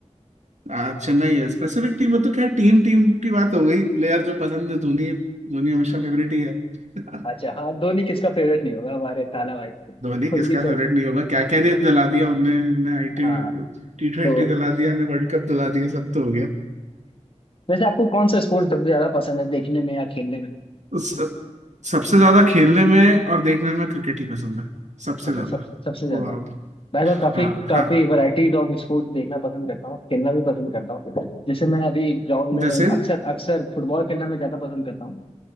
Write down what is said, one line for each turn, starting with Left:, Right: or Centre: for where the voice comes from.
Right: <laughs> आ, चेन्नई है स्पेसिफिक टीम वो तो खैर टीम टीम की बात हो गई प्लेयर जो पसंद है धोनी धोनी हमेशा फेवरेट ही है <laughs>
Left: अच्छा हाँ धोनी किसका फेवरेट नहीं होगा हमारे थाला भाई तो
Right: धोनी किसका
Left: ये
Right: फेवरेट
Left: तो
Right: नहीं होगा क्या क्या नहीं दिला दिया उनने ने आई टी
Left: हाँ
Right: टी ट्वेंटी
Left: तो
Right: दिला दिया ने वर्ल्ड कप दिला दिया सब तो हो गया
Left: वैसे आपको कौन सा स्पोर्ट्स सबसे ज्यादा पसंद है देखने में या खेलने में
Right: उस सब, सबसे ज्यादा खेलने में और देखने में क्रिकेट ही पसंद है सबसे
Left: अच्छा
Right: ज्यादा
Left: सब सबसे ज्यादा
Right: ओवरऑल
Left: मैं तो काफी
Right: हाँ
Left: काफी
Right: हाँ हाँ।
Left: वैरायटीज ऑफ स्पोर्ट्स देखना पसंद करता हूँ खेलना भी पसंद करता हूँ जैसे मैं अभी ग्राउंड में
Right: जैसे
Left: अक्सर अक्सर फुटबॉल खेलना में ज्यादा पसंद करता हूँ